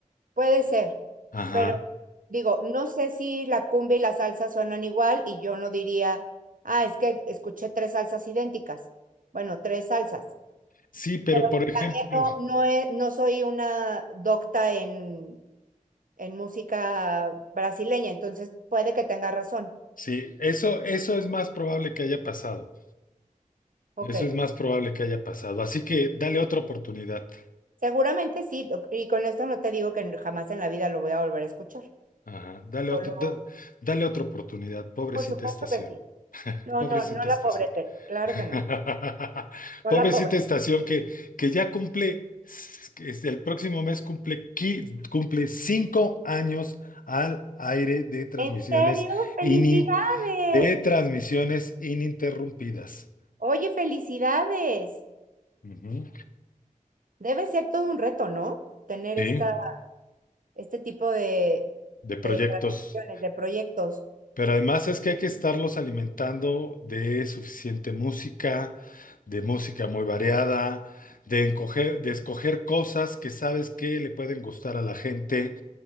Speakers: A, on the right; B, on the left.
A: puede ser.
B: Ajá.
A: Pero digo, no sé si la cumbia y la salsa suenan igual y yo no diría, ah, es que escuché tres salsas idénticas. Bueno, tres salsas.
B: Sí, pero
A: Pero
B: por ejemplo,
A: también no, no, he- no soy una docta en, en música brasileña, entonces puede que tenga razón.
B: sí, eso, eso es más probable que haya pasado.
A: Ok,
B: Eso es más probable que haya pasado. Así que dale otra oportunidad.
A: seguramente sí, o- y con esto no te digo que jamás en la vida lo voy a volver a escuchar.
B: Ajá. Dale
A: Solo,
B: otro, da- dale otra oportunidad, pobrecita
A: por supuesto
B: estación.
A: que sí. No,
B: Pobrecita
A: no, no
B: estación.
A: la pobrete, claro
B: <laughs>
A: que no, no
B: Pobrecita
A: la pobre.
B: estación que, que ya cumple, que es- el próximo mes cumple, qui- cumple cinco años al aire de transmisiones,
A: ¿En serio? ¡Felicidades!
B: inin- de transmisiones ininterrumpidas.
A: Oye, felicidades.
B: Ujú.
A: Debe ser todo un reto, ¿no? Tener
B: Sí,
A: esta, este tipo de,
B: de proyectos.
A: de transacciones, de proyectos.
B: Pero además es que hay que estarlos alimentando de suficiente música, de música muy variada, de, encoger- de escoger cosas que sabes que le pueden gustar a la gente